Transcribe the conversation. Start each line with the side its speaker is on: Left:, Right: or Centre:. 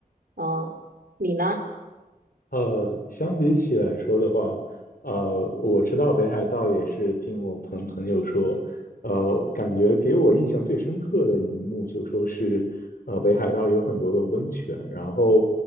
Right: 嗯、你呢？
Left: 呃，相比起来说的话，呃，我知道北海道也是听我朋朋友说，呃，感觉给我印象最深刻的一幕就说是，呃，北海道有很多的温泉，然后